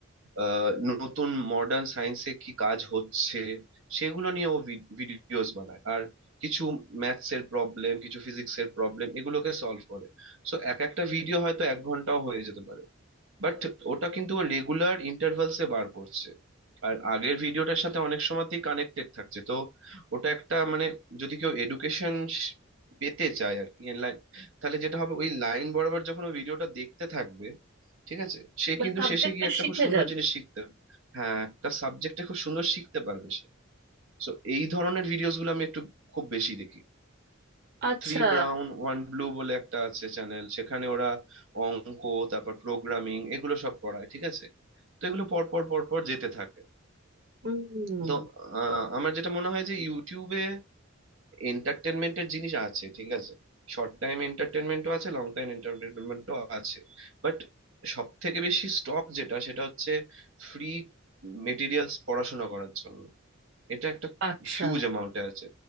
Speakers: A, on the right (about 75°); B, on the right (about 60°).
A: আহ, নতুন মডার্ন সায়েন্সে কি কাজ হচ্ছে সেগুলো নিয়ে ও ভিডিওস বানায় আর কিছু ম্যাথস এর প্রবলেম কিছু ফিজিক্স এর প্রবলেম এগুলোকে সলভ করে সো এক একটা ভিডিও হয়তো এক ঘন্টাও হয়ে যেতে পারে বাট ওটা কিন্তু ও রেগুলার ইন্টারভালসে বার করছে আর আগের ভিডিওটার সাথে অনেক সময়তেই কানেক্টেড থাকছে তো ওটা একটা মানে যদি কেউ এডুকেশন পেতে চায় আর কি লাইন তাহলে যেটা হবে ওই লাইন বরাবর যখন ও ভিডিওটা দেখতে থাকবে ঠিক আছে সে কিন্তু
B: সাবজেক্টটা
A: শেষে গিয়ে একটা
B: শিখে
A: খুব সুন্দর
B: যাবে
A: জিনিস শিখতে হ্যাঁ একটা সাবজেক্টে খুব সুন্দর শিখতে পারবে সে সো এই ধরনের ভিডিওস গুলো আমি একটু খুব বেশি দেখি
B: আচ্ছা
A: থ্রি ব্রাউন ওয়ান ব্লু বলে একটা আছে চ্যানেল সেখানে ওরা অঙ্ক তারপর প্রোগ্রামিং এগুলো সব করায় ঠিক আছে তো এগুলো পর পর পর পর যেতে থাকে
B: হুম
A: তো আহ, আমার যেটা মনে হয় যে ইউটিউবে এন্টারটেনমেন্টের জিনিস আছে ঠিক আছে শর্ট টাইম এন্টারটেনমেন্টও আছে লং টাইম এন্টারটেনমেন্টও আছে বাট সব থেকে বেশি স্টক যেটা সেটা হচ্ছে ফ্রি মেটেরিয়ালস পড়াশোনা করার জন্য এটা একটা
B: আচ্ছা
A: হিউজ অ্যামাউন্টে আছে